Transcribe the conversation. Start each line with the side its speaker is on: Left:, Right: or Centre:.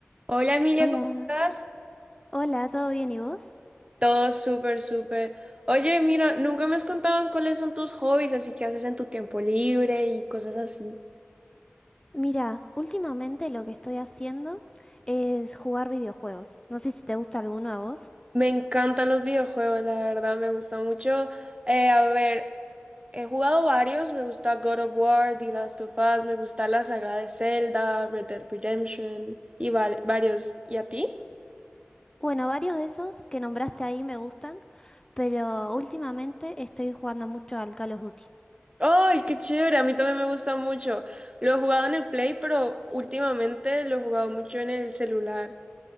Right: Hola Emilia,
Left: Hola,
Right: ¿cómo estás?
Left: hola, ¿todo bien y vos?
Right: Todo súper, súper. Oye, mira, nunca me has contado cuáles son tus hobbies, así que haces en tu tiempo libre y cosas así.
Left: Mira, últimamente lo que estoy haciendo es jugar videojuegos. No sé si te gusta alguno a vos.
Right: Me encantan los videojuegos, la verdad, me gusta mucho. Eh, a ver, he jugado varios, me gusta God of War, The Last of Us, me gusta la saga de Zelda, Red Dead Redemption y va- varios. ¿Y a ti?
Left: Bueno, varios de esos que nombraste ahí me gustan, pero últimamente estoy jugando mucho al Call of Duty.
Right: ¡Ay, qué chévere! A mí también me gusta mucho. Lo he jugado en el Play, pero últimamente lo he jugado mucho en el celular.